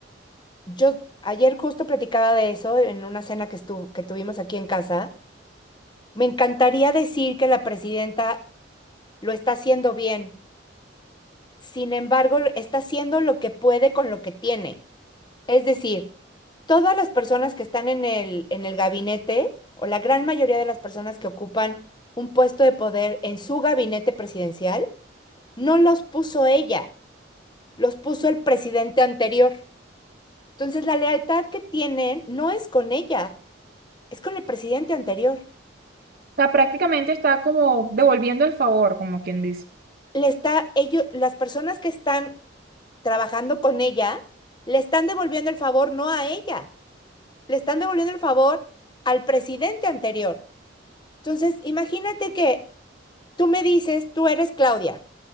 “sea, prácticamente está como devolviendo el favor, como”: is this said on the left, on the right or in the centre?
Right